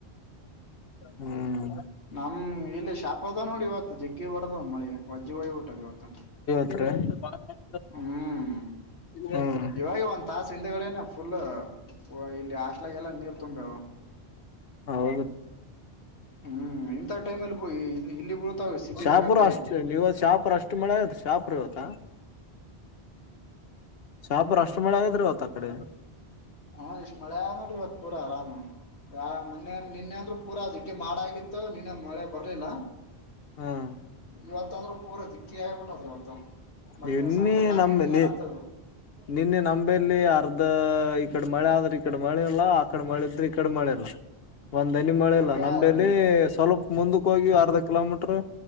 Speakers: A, on the left (about 65°); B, on the left (about 80°).
A: ಹ್ಮ್.
B: ನಮ್ ಇಲ್ಲಿ ಶಾಪ ಅದ ನೋಡಿ ಇವತ್ತು ಜಗ್ಗಿ ಹೊಡದ ಮಳಿ ವಜ್ಜಿ ಹೊಯಿಬ ಬಿಟ್ಟದ ಇವತ್ತು.
A: <inaudible>
B: ಹ್ಮ್.
A: ಹ್ಮ್
B: ಇವಾಗ ಒಂದ್ ತಾಸ ಹಿಂದಗಡೆನೆ ಫುಲ್ ಇಲ್ಲಿ ಹಾಸ್ಟ್ಲಾಗ ಎಲ್ಲ ನೀರ್. ತುಂಬ್ಯಾವ
A: ಹೌ.
B: ಹ್ಮ್ ಇಂಥ ಟೈಮ್ಲ್ಲಿ ಇಲ್ಲಿ. ಬೀಳ್ತಾವ ಸಿಟಿದಾಗ
A: ಶಾಪೂರ್
B: ಆ ಕಡೆ
A: ಅಷ್ಟ ನೀವ ಶಾಪುರ ಅಷ್ಟು ಮಳೆ ಇತ್ತು ಶಾಪುರ್ ಇವತ್ತ. ಶಾಹಾಪುರ ಅಷ್ಟ ಮಳೆ ಆಗೆತ್ರಿ ಅವತ್ತು ಅ ಕಡೆ.
B: ಹಾ ಇಷ್ಟ್ ಮಳೆ ಅದ ನೋಡ್ರಿ ಇವತ್ ಪೂರ ಅರಾಮ್ ಯ ಮೊ ನಿನ್ನೆ ಅಂದ್ರೂ ಪೂರ ಅದಿ. ಗೆ ಮಾಡಗತ್ತು ನೀನ್ನ ಮಳೆ ಬರ್ಲಿಲ್ಲ.
A: ಹ್ಮ್
B: ಇವತ್ತಂದ್ರೂ ಪೂರ ಇಕ್ಕಿ ಹೇಳಬುಟ್ ಇವತ್ತು ಮಧ್ಯಾಹ್ನ
A: ನಿನ್ನೆ
B: ಸಾಯಂಕಾಲ ನಾಲ್ಕ
A: ನಮ್ಮಲ್ಲಿ
B: ಗಂಟೆಲದತ್ತದು
A: ನಿನ್ನೆ ನಂಬೆಲ್ಲಿ ಅರ್ಧ ಈ ಕಡೆ ಮಳೆ ಆದ್ರ್ ಈ ಕಡೆ ಮಳೆ ಇಲ್ಲ. ಈ ಕಡೆ ಮಿದ್ರೆ ಈ ಕಡೆ ಮಳೆ ಇಲ್ಲ ಒಂದ್ ಹನಿ ಮಳೆ
B: ಹಂಗೆ
A: ಇಲ್ಲ ನಂಬೆಲಿ
B: ಆದ್ರಿ
A: ಸ್ವಲ್ಪ್ ಮುಂದಕ್ಕೆ ಹೋಗಿ ಅರ್ಧ ಕಿಲೋಮೀಟರ್